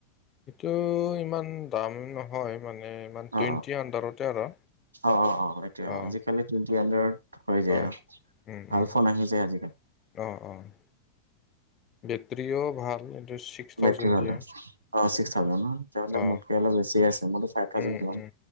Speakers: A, on the left; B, on the right.
A: এইটো ইমান দাম নহয়, মানে ইমান টুৱেণ্টি
B: অ
A: আণ্ডাৰতে আৰু,
B: অ অ অ অ এতিয়া
A: অ'।
B: আজিকালি টুৱেণ্টি হাড্ৰেডত হৈ যায়
A: অ
B: আৰু,
A: উম
B: ভাল
A: উম
B: ফোন আহি যায় আজিকালি।
A: অ', অ', বেটৰীও ভাল। এইটো ছিক্স থাউজেণ্ড
B: বেটাৰী ভাল
A: দিয়ে
B: অ', ছিক্স থাউজেণ্ড ন তেতিয়াহলে
A: অ
B: মোতকে অলপ বেছি আছে, মোৰতো ফাইভ ঠাওচেন
A: উম
B: কিমান।
A: উম